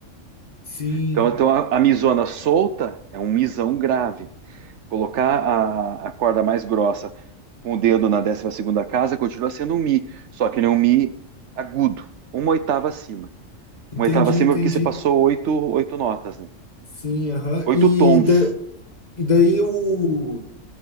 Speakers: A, on the left; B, on the right.
A: Sim,
B: Então, então a, a misona solta é um misão grave. Colocar a, a corda mais grossa com o dedo na décima segunda casa continua sendo um mi, só que não é um mi agudo, uma oitava acima.
A: entendi,
B: Uma oitava acima
A: entendi.
B: porque você passou oito, oito notas, né?
A: Sim, aham.
B: Oito
A: E,
B: tons.
A: da, e daí o